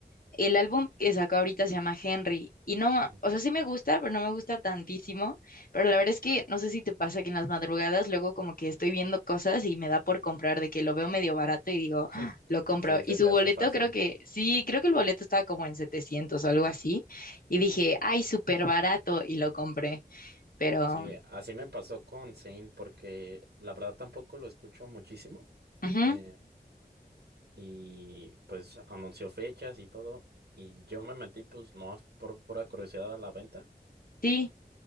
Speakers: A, on the left; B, on the right.
A: el álbum que sacó ahorita se llama Henry y no, ma-
B: Ok.
A: o sea, sí me gusta, pero no me gusta tantísimo, pero la verdad es que no sé si te pasa que en las madrugadas luego como que estoy viendo cosas y me da por comprar de que lo veo medio barato y digo,
B: <laughs>
A: "Ah, lo compro.
B: Sí, se
A: Y su
B: te
A: boleto
B: hace fácil.
A: creo que, sí, creo que el boleto estaba como en 700 o algo así y
B: Mm,
A: dije,
B: ok.
A: ay, súper barato y lo compré, pero,
B: Sí, así me pasó con Zane, porque la verdad tampoco lo escucho muchísimo.
A: ujú,
B: eh, y pues anunció fechas y todo. Y yo me metí, pues no por pura curiosidad a la venta.
A: sí.